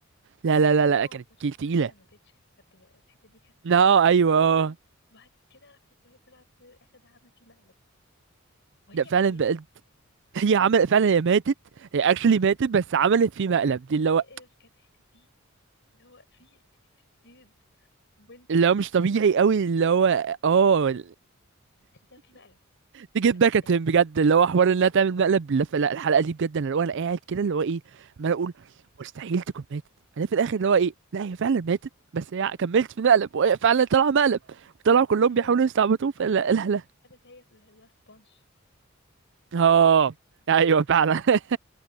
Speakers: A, on the right; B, on the left.
A: لا لا
B: لا
A: لا
B: في الاول
A: لا كانت
B: هو ما كنتش
A: كيل
B: مقتنع
A: تقيلة
B: ان هي ما ماتتش كانت الحته دي كانت
A: لا ايوه
B: خطيرة
A: اه
B: قوي وبعد كده راحت وهي طلع كل اخد عامله فيه مقلب وهي
A: لا فعلا
B: ميته
A: بقت هي عمل فعلا هي ماتت هي اكشلي ماتت بس عملت فيه مقلب دي اللي
B: هي
A: هو
B: كانت الحته دي اللي هو في ستين بنت
A: اللي هو مش
B: كل
A: طبيعي
B: ده
A: قوي اللي هو
B: عشان
A: اه
B: عشان تعمل فيه مقلب
A: تجيب باك
B: ده
A: ات هيم بجد اللي هو حوار انها تعمل مقلب لا لا الحلقة دي بجد انا اللي هو انا قاعد كده اللي هو ايه عمال اقول مستحيل تكون ماتت انا في الاخر اللي هو ايه لا هي فعلا ماتت بس هي كملت في مقلب وهي فعلا طلع مقلب طلعوا كلهم
B: ايوه
A: بيحاولوا يستعبطوه فلا
B: وهي ش-
A: لا لا
B: خدت هي اللي هو سبونج
A: اه ايوه فعلا <laughs>